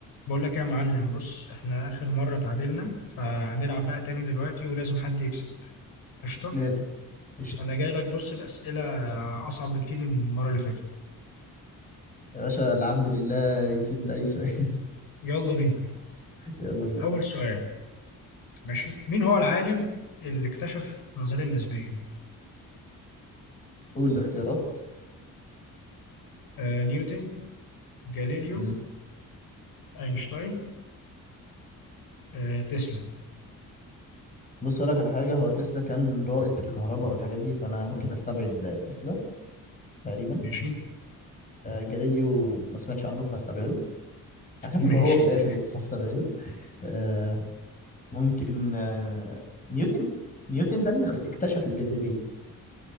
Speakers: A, on the left; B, on the left.
A: بقول لك يا معلم بص احنا اخر مرة تعادلنا فهنلعب بقى تاني دلوقتي ولازم حد يكسب قشطة
B: لازم قشطة
A: انا جاي لك بص بأسئلة اصعب بكتير من المرة اللي فاتت
B: يا باشا العبد لله يسد أي سؤال <laughs>
A: يلا بينا
B: يلا بينا
A: اول سؤال ماشي مين هو العالم اللي اكتشف النظرية النسبية
B: قول الاختيارات
A: آه نيوتن جاليليو
B: مم.
A: اينشتاين آه تسلا
B: بص أقول لك على حاجة هو تسلا كان رائد في الكهرباء والحاجات دي فأنا ممكن أستبعد تسلا تقريبا
A: ماشي <laughs>
B: آه جاليليو ما سمعتش عنه فهستبعده هخاف
A: ماشي
B: يبقى هو في الآخر بس هستبعده آه ممكن آه نيوتن نيوتن ده اللي اكتشف الجاذبية